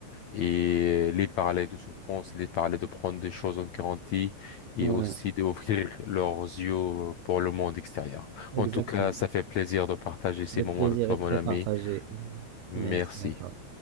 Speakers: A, on the left; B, on the right.
A: et les parler de souffrance, les parler de prendre des choses en garantie et
B: Ouais,
A: aussi d'ouvrir <laughs> leurs yeux pour le monde extérieur.
B: exactement.
A: En tout cas, ça fait plaisir de partager ces
B: Le
A: moments
B: plaisir
A: avec toi,
B: est
A: mon
B: très
A: ami.
B: partagé.
A: Merci.
B: Merci à toi.